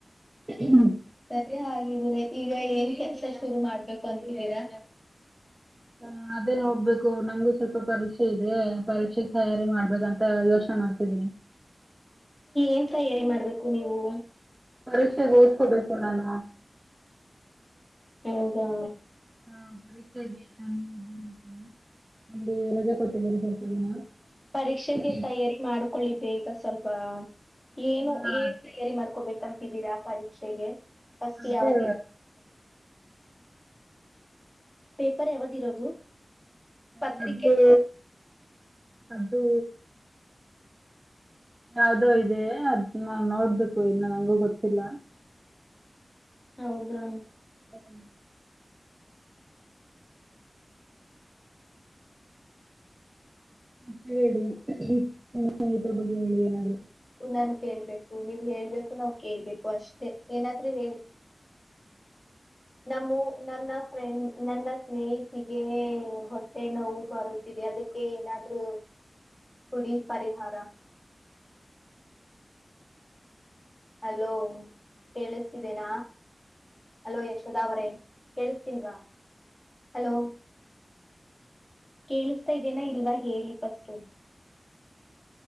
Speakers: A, on the right; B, on the left.
A: <unintelligible>
B: ಸರಿ ಹಾಗಿದೀರ ಈಗ ಏನ್ ಕೆಲಸ ಶುರು ಮಾಡ್ಬೇಕು ಅಂತಿದೀರಾ.
A: ಹ ಅದೇ ನೋಡ್ಬೇಕು ನಂಗು ಸ್ವಲ್ಪ ಪರೀಕ್ಷೆ ಇದೆ ಪರೀಕ್ಷೆ.. ತಯಾರಿ ಮಾಡ್ಬೇಕಂತ ಯೋಚನೆ ಮಾಡ್ತಿದ್ದೀನಿ.
B: ಏನ್ ತಯಾರಿ ಮಾಡ್ಬೇಕು ನೀವು.
A: ಪರೀಕ್ಷೆ ಗೌ ಹಬೇಕರಾನ
B: ಹೌದಾ
A: ಹಾ ಪರೀಕ್ಷೆ ಇದೀನೆಿ ನ ಅಲ್ಲಿ ರ
B: ಪರೀಕ್ಷೆಗೆ
A: <unintelligible>
B: ತಯಾರಿ ಮಾಡ್ಕೊಳ್ಳಿ ಬೇಗ ಸ್ವಲ್ಪ ಏನು
A: ಹಾ
B: ಏ ತಯಾರಿ ಮಾಡ್ಕೋಬೇಕಂತಿದ್ದೀರಾ ಪರೀಕ್ಷೆಗೆ ಫಸ್ಟ್
A: ಅದೇ
B: ಯಾವಾಗ ಪೇಪರ್ ಯಾವ್ದ ಇರೋದು ಪತ್ರಿಕೆ
A: ಹ ಅದು ಅದು ಯಾವ್ದೋ ಇದೆ ಅದ ನಾ ನೋಡ್ಬೇಕು ಇನ್ನು ನಂಗು ಗೊತ್ತಿಲ್ಲ
B: ಹೌದಾ
A: ಹ್ಮ ಮ ಹೇಳಿರ ಬಗ್ಗೆ ಹೇಳಿ ಏನಾದ್ೂ
B: ನನ್ ಕೇಳ್ಬೇಕು ನೀವು್ ಹೇಳ್ಬೇಕು ನಾವ್ ಕೇಳ್ಬೇಕು ಅಷ್ಟೇ ಏನಾದ್ೂ ಹೇಳಿ ನಮ್ಮ ನನ್ನ ಫ್ರೆಂಡ್ ನನ್ನ ಸ್ನೇಹಿತಗ ಹೊಟ್ಟೆ ನೋವು ಬರುತ್ತವಿ ಅದಕ್ಕೆ ಏನಾದ್ರು ಕುುಡಿ ಪರಿಹಾರ ಹಲೋ ಕೇಳಿಸ್ತಿದೆೇನಾ ಅಲೋ ಯಶದಾವರೇ ಕೇೇಳಸ್ತಿಲ್ವಾ ಹಲೋ ಕೇಳಿಸತಾ ಇದೇನಾ ಇಲ್ವಾ ಹೇಳಿ ಪಸ್ು